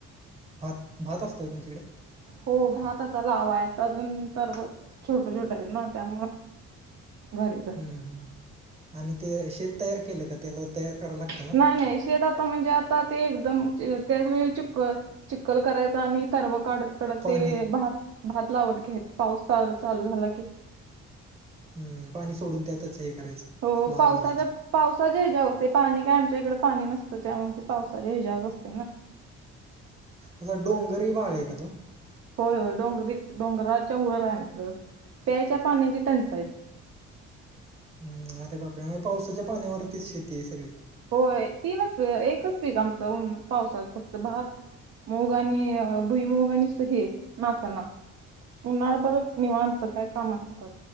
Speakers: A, on the right (about 20°); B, on the right (about 60°).
A: भात. भात, असतो का तुमच्याकडे?
B: हो, भात आता लावाय आता अजून तरू येत. छोटं छोटं आहेत ना त्यामुळं. घरीच आहे
A: हम्म ह, आणि ते शेत तयार केलं का त्याला तयार करायला लाग
B: नाही नाही. शेत आता म्हणजे आता ते एकदम त्याच वेळी चुक्क चिक्कल करायचं आणि तरर्व काढत कडं
A: पाणी
B: ते भात, भात लावत घेत पाऊस चालू झाला की
A: हम्, पाणी सोडून त्यातच हे करायचं.
B: हो,
A: लावून
B: पावसाच्या
A: घ्यायचं
B: पावसाच्या हेजावर असते. पाणी काय आमच्या इकडं पाणी नसतं, त्यामुळे ते पावसाच्या हेजावरच असते ना.
A: असा डोंगरी भाग आहे का तो?
B: होय होय, डोंगरीच. डोंगराच्या वर आहे आमचं, प्यायच्या पाण्याची टंचाई.
A: हम्, अरे बापरे! पावसाच्या पाण्यावरतीच शेती आहे सगळी.
B: होय, तीनच एकच पीक आमचं ऊन पावसाचं फक्त भात. मुग आणि भुईमुग आणि नुसतं हे नाचणा. उन्हाळा परत निवांत. काय कामं नसतात,